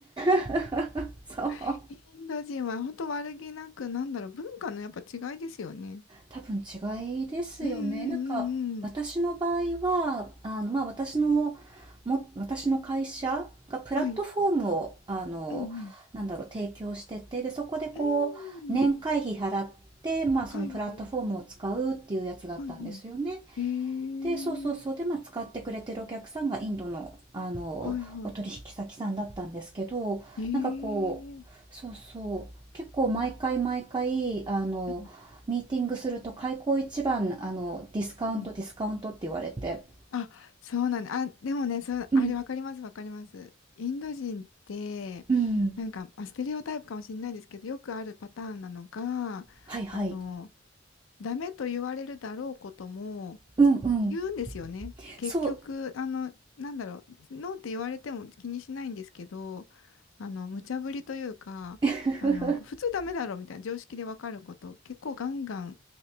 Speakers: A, on the right; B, on the left.
A: <laughs> そう。
B: <laughs> インド人は本当悪気なく、なんだろう、文化のやっぱ違いですよね。
A: 多分違いですよね。
B: うんうんう
A: なんか私の場合は、
B: んうん。
A: あの、まあ私の、も、私の会社がプラットフォームを、
B: はい。
A: あの、
B: うん
A: なんだろう、提供してて、で、そこでこう、
B: うん。うん。
A: 年会費払って、まあそのプラットフォームを使うっていうやつだったんですよね。
B: はいはい。はいはい。えー。
A: で、そうそうそう。で、まあ、使ってくれてるお客さんがインドの、あの、
B: はいは
A: お取引先さんだったんですけど、
B: い。えー。
A: なんかこう、そうそう。結構毎回毎回、あの、
B: うん
A: ミーティングすると開口一番、あの、ディスカウント、
B: うん。
A: ディスカウントって言われて。
B: あ、そうなんだ。あ、でもね、そう、
A: うん、
B: あれわかります、わかります。インド人って、
A: うん。
B: なんか、まあ、ステレオタイプかもしれないですけど、よくあるパターンなのが、
A: はいはい。
B: あの、ダメと言われるだろうことも、
A: うんうん。
B: 言うんですよね。結局、
A: そう。
B: あの、なんだろう、ノーって言われても気にしないんですけど、あの、無茶ぶりというか、
A: <laughs>
B: あの、普通ダメだろみたいな常識でわかることを結構ガンガン